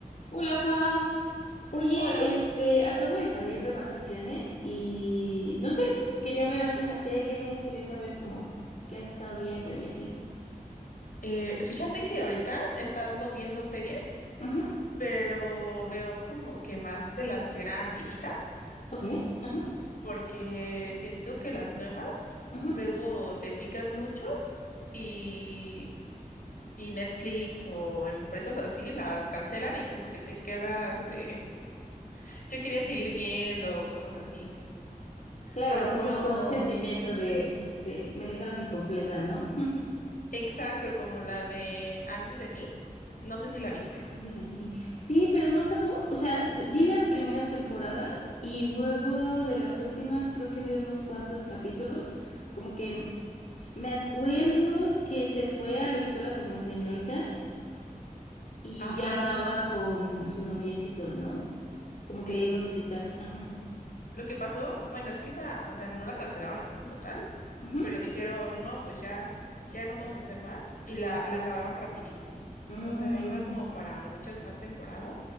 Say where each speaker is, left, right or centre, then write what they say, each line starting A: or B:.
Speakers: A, on the left; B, on the left.
A: Hola, Pau. Oye,
B: Hola, f-
A: este, acabo de salir de vacaciones y no sé, quería ver algo en la tele, quería saber cómo, qué has estado viendo y así.
B: eh, fíjate que ahorita estando viendo series,
A: Ajá,
B: pero veo como que más de las que eran viejitas,
A: ok, ajá,
B: porque siento que las nuevas
A: ajá.
B: luego te picas mucho y, y Netflix o empresas así las cancelan y como que te quedas de, yo quería seguir viendo cosas así.
A: Claro,
B: Por ejemplo,
A: como con un sentimiento de, de me dejaron incompleta, ¿no? <laughs>
B: exacto, como la de Anne with an E, no sé si la viste.
A: Ah, muy Dani. Sí, pero no acabó. O sea, l- vi las primeras temporadas y luego de las últimas creo que vi unos cuantos capítulos. Como que me acuerdo que se fue a la escuela como de señoritas y
B: Ajá,
A: ya andaba con su noviecito, ¿no? Como que
B: sí.
A: le iba a visitar. Ajá.
B: Lo que pasó, bueno, es que esa, o sea, no la cancelaron así como tal,
A: Ujú.
B: pero dijeron, no, pues ya, ya no podemos hacer más, y la, la acabaron rapidísimo.
A: Mm.
B: O sea, iba como para muchas más temporadas.